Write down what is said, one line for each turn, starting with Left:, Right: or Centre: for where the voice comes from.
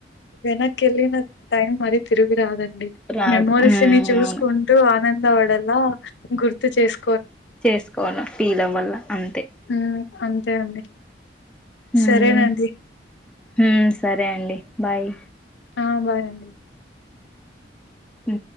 Left: వెనకెల్లిన టైం మరి తిరిగు రాదన్
Centre: రాదు
Left: మెమోరీస్
Centre: హ్మ్
Left: ని చూసుకుంటూ
Centre: అవును
Left: ఆనంద పడలా గుర్తు చేసు
Centre: చేసుకోవాలి పీల వల్ల అంతే
Left: ఉమ్ అంతే అండి.
Centre: మ్మ్
Left: సరేనండి
Centre: హూ సరే అండి బాయ్
Left: ఆ బాయ్ అండి
Centre: ఊ